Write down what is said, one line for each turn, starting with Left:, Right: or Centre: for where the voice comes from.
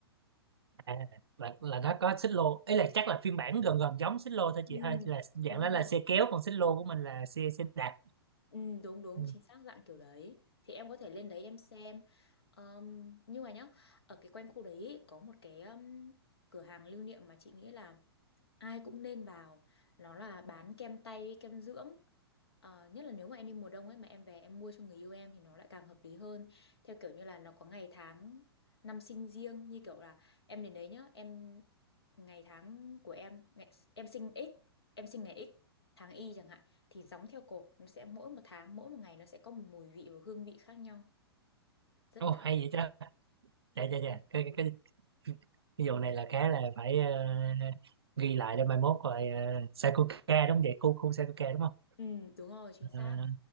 Right: à là, là nó có xích lô ấy là chắc là phiên bản gần gần giống xích lô thôi
Left: Ừ,
Right: chị ha là dạng
Left: đúng
Right: đó
Left: rồi
Right: là xe kéo còn xích lô của mình là xe xe đạp
Left: Ừ, đúng đúng
Right: ừ.
Left: chính xác dạng kiểu đấy thì em có thể lên đấy em xem Ờm, nhưng mà nhá ở cái quanh khu đấy ý, có một cái ừm, cửa hàng lưu niệm mà chị nghĩ là ai cũng nên vào nó là bán kem tay với kem dưỡng Ờ, nhất là nếu mà em đi mùa đông ấy mà em về em mua cho người yêu em thì nó lại càng hợp lý hơn theo kiểu như là nó có ngày tháng năm sinh riêng như kiểu là em đến đấy nhá em ngày tháng của em ngày, em sinh x em sinh ngày x tháng y chẳng hạn thì gióng theo cột nó sẽ mỗi một tháng mỗi một ngày nó sẽ có một mùi vị và hương vị khác nhau rất
Right: ồ
Left: đáng
Right: hay vậy ta
Left: rất
Right: dạ
Left: đáng
Right: dạ dạ
Left: để
Right: cái,
Left: thử luôn.
Right: cái, cái, cái vụ này là khá là phải ờ, ghi lại để mai mốt rồi ờ, Sakuka đúng không vậy khu khu Sakuka đúng không
Left: ừ đúng rồi chính xác
Right: à,